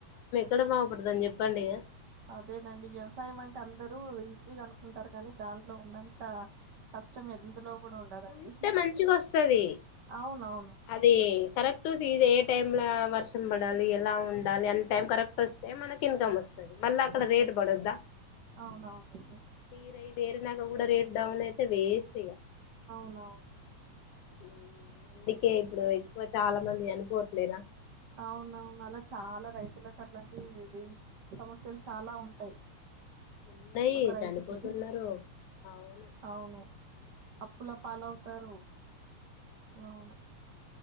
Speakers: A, on the left; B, on the right.
A: ఇడ బాగుపడధాం చెప్పండి ఇక
B: అదేనండి వ్యవసాయమంటే అందరు ఈసీగా అనుకుంటారు కానీ దాంట్లో ఉన్నంత కష్టం ఎ <unintelligible> కూడా ఉండదండి
A: ఉంటే మంచిగ వస్తది
B: అవునవును
A: అది కరెక్ట్ సీజ ఏ టైమ్ లో వర్షం పడాలి ఎలా ఉండాలి అన్న టైం కరెక్ట్ వస్తే మనకి ఇన్కమ్ వస్తది మళ్ళ అక్కడ
B: వస్తది
A: రేట్ పడద్దా
B: అవునవునండి
A: తీర దేరినక కూడా రేట్ డౌన్ అయితే వేస్ట్ ఇక
B: <inaudible>
A: ఉ కే ఇప్పుడు ఎక్కువ చాలా మంది చనిపోవట్లేదా
B: అవునవును అలా చాలా రైతులకు అలాంటి ఇవి సమస్యలు చాలా ఉంటాయి
A: ఉన్నాయి
B: ఒక రైతుకి
A: చనిపోతున్నారు అవును
B: అవును అప్పుల పాలవుతారు అవును